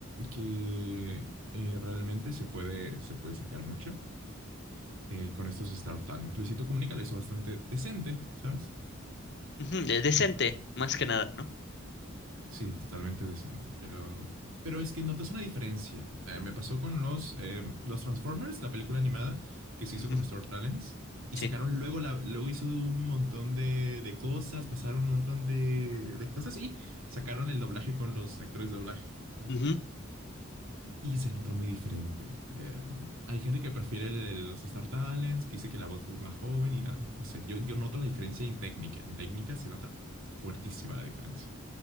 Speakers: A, on the right (about 80°); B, on the left (about 55°).
A: que eh, realmente se puede, se puede sacar mucho eh, con estos Star Talents. Luisito Comunica lo hizo bastante decente, ¿sabes?
B: Ujú, de- decente, más que nada, ¿no?
A: Sí, totalmente decente. Yo- Pero es que notas una diferencia. Eh, me pasó con los, eh, los Transformers, la película animada que se
B: Ujú,
A: hizo con Star Talents, y
B: sí.
A: sacaron luego, la, luego hizo un montón de, de cosas, pasaron un montón de, de cosas y sacaron el doblaje con los actores de doblaje. ¿eh?
B: Ujú,
A: Y se nota muy diferente. Eh, hay gente que prefiere el- el- los Star Talents, que dice que la voz es más joven y nada. No sé, yo, yo noto la diferencia en técnica. En técnica se nota fuertísima la diferencia.